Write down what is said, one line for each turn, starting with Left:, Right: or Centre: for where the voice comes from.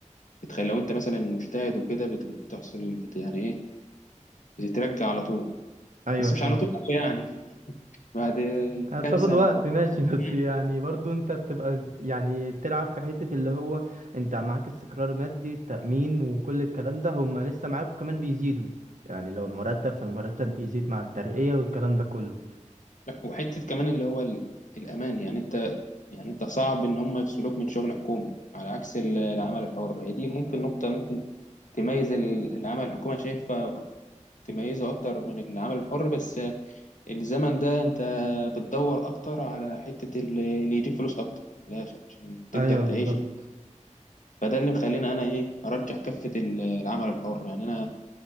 Left: بتخلي لو أنت مثلا مجتهد وكده بت- بتحصل بت يعني إيه بتترجى على طول
Right: ايوه
Left: بس
Right: فهمت
Left: مش على طول أوي يعني بعد
Right: هتاخد
Left: كام سنة
Right: وقت ماشي <laughs> بس
Left: مم.
Right: يعني برضو انت بتبقى ز- يعني بتلعب في حتة اللي هو انت معاك استقرار مادي تأمين وكل الكلام ده هما لسه معاك وكمان بيزيدوا يعني لو المرتب فالمرتب بيزيد مع الترقية والكلام ده كله
Left: لا وحتة كمان اللي هو ال- الأمان يعني أنت يعني أنت صعب إن هم يفصلوك من شغل حكومي على عكس ال- العمل الحر هي دي ممكن نقطة ممكن تميز ال- العمل الحكومي شايفها تميزه اكتر من العمل الحر بس الزمن ده انت بتدور اكتر على حتة ال- اللي يجيب فلوس اكتر من الاخر عشان تقدر
Right: ايوه
Left: تعيش
Right: بالظبط
Left: فده اللي مخليني انا ايه ارجح كفة ال- العمل الحر يعني انا